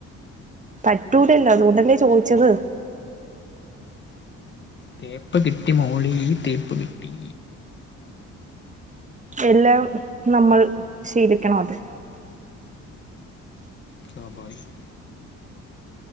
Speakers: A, on the right; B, on the left.
A: പറ്റൂലല്ലോ അതുകൊണ്ടല്ലെ ചോദിച്ചത്
B: തേപ്പ് കിട്ടി മോളെ തേപ്പ് കിട്ടി.
A: എല്ലാം നമ്മൾ ശീലിക്കണമല്ലോ
B: സ്വാഭാവികം